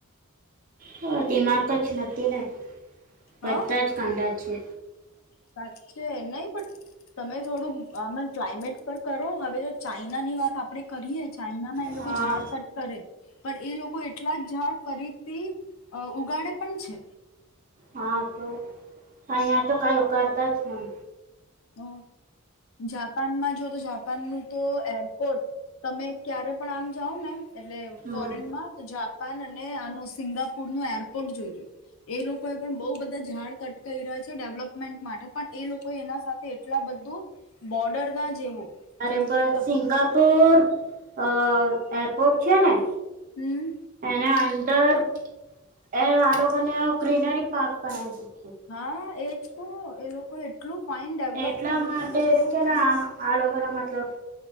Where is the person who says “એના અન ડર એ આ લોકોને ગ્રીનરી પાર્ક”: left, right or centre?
Right